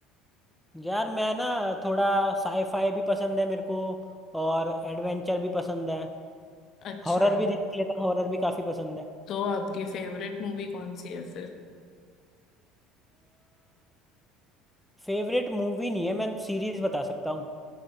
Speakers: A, in the centre; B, on the left (about 50°).
A: यार मैं ना थोड़ा साईफाई भी पसंद है मेरे को और एडवेंचर भी पसंद है
B: अच्छा
A: हॉरर भी देख लेता हूँ हॉरर भी काफ़ी पसंद है
B: तो आपकी फेवरेट मूवी कौन सी है फिर
A: फेवरेट मूवी नहीं है मैं सीरीज बता सकता हूँ